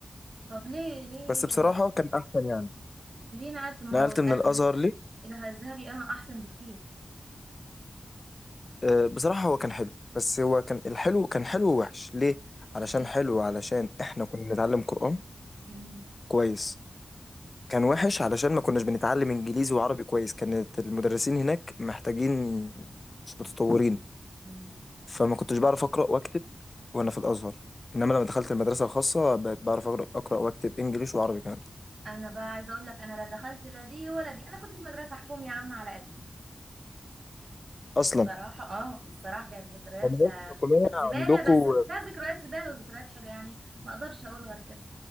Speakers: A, on the right (about 65°); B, on the left (about 40°).
A: طب ليه ليه
B: بس بصراحة كان أحسن يعني
A: ليه نقلت ما
B: نقلت
A: هو الازهر
B: من الأزهر ليه
A: إلى الازهري اه احسن بكتير
B: آه، بصراحة هو كان حلو بس هو كان الحلو كان حلو ووحش ليه علشان
A: ليه
B: حلو علشان إحنا كنا بنتعلم قرآن
A: مم.
B: كويس كان وحش علشان ما كناش بنتعلم إنجليزي وعربي كويس كانت المدرسين هناك محتاجين مش متطورين
A: مم.
B: فما كنتش بعرف أقرأ وأكتب وانا في الازهر انما لما دخلت المدرسه الخاصه بقيت بعرف اقرا اقرا واكتب انجليش وعربي كمان
A: انا بقى عايزه اقول لك انا لا دخلت لا دي ولا دي انا كنت في مدرسه حكومي يا عم على قدي بس
B: اصلا
A: الصراحه اه الصراحه كانت ذكرياتها
B: المدارس الحكوميه
A: زباله
B: عندكم
A: بس فيها ذكريات زباله وذكريات حلوه يعني ما اقدرش اقول غير كده